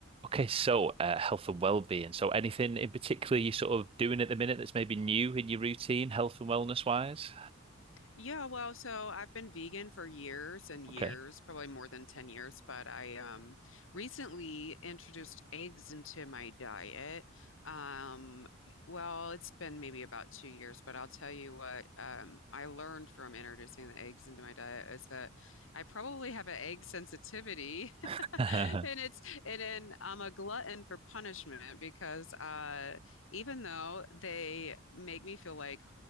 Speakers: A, on the right; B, on the left.
A: Okay, so uh, health and well-being. So anything in particular you're sort of doing at the minute that's maybe new in your routine, health and wellness wise?
B: Yeah, well, so I've been vegan for years and years,
A: Okay.
B: probably more than 10 years, but I um recently introduced eggs into my diet. Um, e, well, it's been maybe about two years, but I'll tell you what um I learned from introducing the eggs into my diet is that I probably have an egg sensitivity. <laughs>
A: <laughs> How
B: And it's and then I'm a glutton for punishment because uh even though they make me feel like